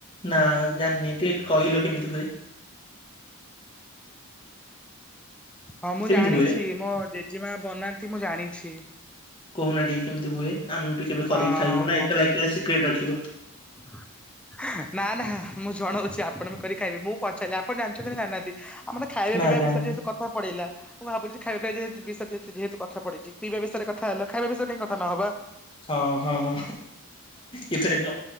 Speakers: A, on the left (about 20°); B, in the centre.
A: ନା ଜାଣିନି ଟିକେ କହିଲ କେମିତି ହୁଏ?
B: ହଁ ମୁଁ
A: କେମିତି
B: ଜାଣିଛି
A: ହୁଏ?
B: ମୋ ଜେଜେମା ବନାନ୍ତି ମୁଁ ଜାଣିଛି।
A: କହୁନା ଟିକେ କେମିତି ହୁଏ ଆମେ ବି କେବେ କରିକି
B: ହଁ
A: ଖାଇମୁ ନା ଏକଲା ଏକଲା ସିକ୍ରେଟ ରଖିବ।
B: ହଁ <inaudible> ନା ନା ମୁଁ ଜଣଉଛି ଆପଣ ବି କରିକି ଖାଇବେ ମୁଁ ପଚାରିଲି ଆପଣ ଜାଣିଛନ୍ତି ନା ଜାଣିହାନ୍ତି। ଆ ମାନେ ଖାଇବା
A: ନା ଜାଣିନି।
B: ବିଷରେ ଯେହେତୁ କଥା ପଡ଼ିଲା। ମୁଁ ଭାବୁଛି ଖାଇବା ପିଇବା ଯେହେତୁ ବିଷୟ ରେ ଯେହେତୁ କଥା ପଡ଼ିଛି। ପିଇବା ବିଷୟ ରେ କଥା ହେଲ ଖାଇବା ବିଷୟରେ କାହିଁ କଥା ନହେବା।
A: ହଁ ହଁ ଏ ଥରିକ।